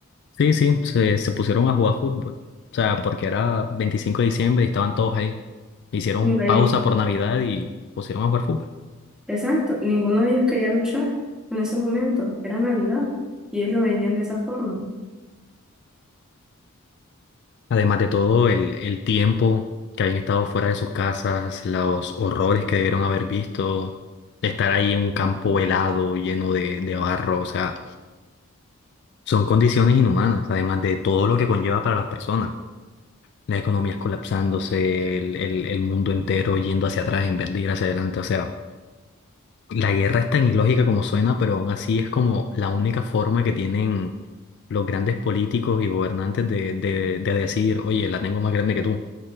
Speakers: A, on the left; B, in the centre.
A: sí, sí, se, se pusieron a jugar fútbol. O sea, porque era 25 de diciembre y estaban todos ahí. Hicieron
B: Y no
A: pausa
B: hay-
A: por Navidad y pusieron a jugar fútbol.
B: exacto, ninguno de ellos quería luchar en ese momento, era Navidad, y ellos lo veían de esa forma.
A: Además de todo, el, el tiempo que hayan estado fuera de sus casas, los horrores que debieron haber visto, estar ahí en un campo helado, lleno de, de barro, o sea, son condiciones inhumanas, además de todo lo que conlleva para las personas. Las economías colapsándose, el, el, el mundo entero yendo hacia atrás en vez de ir hacia adelante. O sea, la guerra es tan ilógica como suena, pero aún así es como la única forma que tienen los grandes políticos y gobernantes de, de de decir, oye, la tengo más grande que tú.